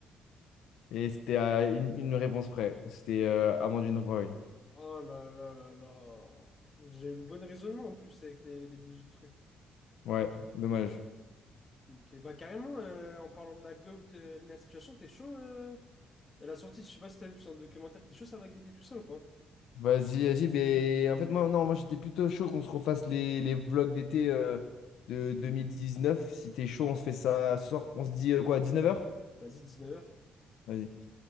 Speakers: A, on the left (about 80°); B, on the left (about 30°).
A: Et c'était à une, une réponse près. C'était euh, Amandine Roy.
B: Oh là là là là. J'ai eu le bon raisonnement en plus avec les les deux autres trucs.
A: Ouais, dommage.
B: Ok, bah carrément, euh, en parlant de la GOAT, euh, la situation, t'es chaud euh, Elle a sorti, je sais pas si t'as vu son documentaire, t'es chaud, ça va guetter tout ça ou pas?
A: Vas-y, vas-y, mais en fait, moi, non, moi j'étais plutôt chaud qu'on se refasse les, les vlogs d'été euh, de 2019. Si t'es chaud, on se fait ça ce soir. On se dit euh, quoi, 19h?
B: Vas-y, dix-neuf heures
A: Vas-y.